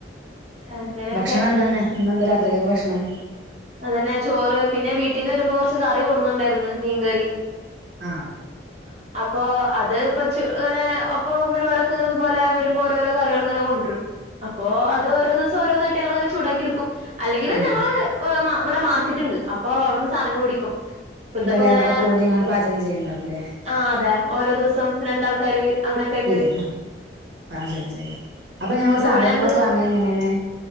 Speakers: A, on the right; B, on the right.
A: അങ്ങനെയൊക്കെ
B: ഭക്ഷണം എന്തന്നെ നിന്നെന്താ രാത്രിക്കൊക്കെ ഭക്ഷണം
A: അതന്നെ ചോറ് പിന്നെ വീട്ടീന്ന് വരുമ്പോ കുറച്ച് കറി കൊടുന്നുണ്ടായിരുന്നു മീൻകറി
B: ആ
A: <inaudible> അപ്പൊ അത് ഇപ്പൊ ഇങ്ങനെ ഒപ്പം റൂമിലുള്ളവരൊക്കെ ഇങ്ങനെ ഇതുപോലെ വരുമ്പം ഓരോരോ കറികള് ഇങ്ങനെ കൊണ്ടുവരും അപ്പൊ അത് ഓരോ ദിവസം ഓരോന്നായിട്ട് ഞ്ഞങ്ങള്ങ്ങനെ ചൂടാക്കി എടു ക്കും അല്ലെങ്കിലും
B: ഉം
A: ഞങ്ങള് ഇവ ഇവടെ മാർക്കറ്റ്ണ്ട് അപ്പൊ അവിടുന്ന് സാധനങ്ങള് വേടിക്കും ഇപ്പൊ
B: എന്നിട്ട്
A: ഇന്ന്പ്പങ്ങനെ
B: എല്ലാരും പാടെ കൂടി ഇങ്ങട് പാചകം ചെയ്യണ്ടാവുംല്ലേ
A: ആഹ് അതെ ഓരോ ദിവസം രണ്ടാൾക്കാര് അങ്ങനെക്കായിട്ട്
B: തീരെ ആഹ് ചെയ്യാം ചെയ്യാം അപ്പം ഞമ്മള് സാധനങ്ങളൊക്കെ
A: ഇവിടെ ഞങ്ങക്ക്
B: വാങ്ങല് എങ്ങനെയാണ്?